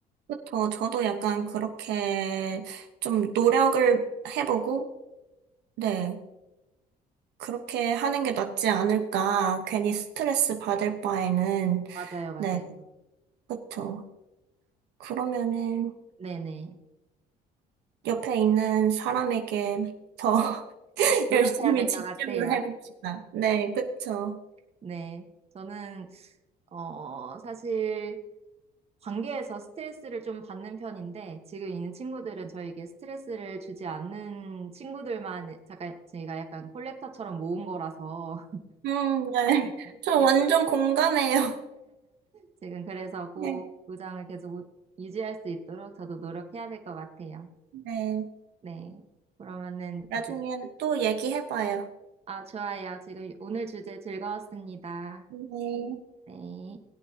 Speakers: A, on the right (about 80°); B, on the right (about 35°).
A: 그쵸. 저도 약간 그렇게 좀 노력을 해보고, 네. 그렇게 하는 게 낫지 않을까. 괜히 스트레스 받을 바에는,
B: 맞아요, 맞아요.
A: 네. 그쵸. 그러면은
B: 네네.
A: 옆에 있는 사람에게 더 <laughs>
B: 노력해야
A: 열심히
B: 될
A: 집중을
B: 것 같아요.
A: 해봅시다. 네. 그쵸.
B: 네, 저는 어 사실 관계에서 스트레스를 좀 받는 편인데 지금 있는 친구들은 저에게 스트레스를 주지 않는 친구들만 잠깐 저희가 약간 콜렉터처럼 모은 거라서
A: 음, 네.
B: <laughs>
A: 저
B: 지금
A: 완전 공감해요. <laughs>
B: 지금 그래서 그
A: 네.
B: 구장을 계속 우- 유지할 수 있도록 저도 노력해야 될 것 같아요.
A: 네.
B: 네, 그러면은
A: 나중에
B: 이제
A: 또 얘기해봐요.
B: 아 좋아요. 지금 오늘 주제 즐거웠습니다.
A: 네.
B: 네.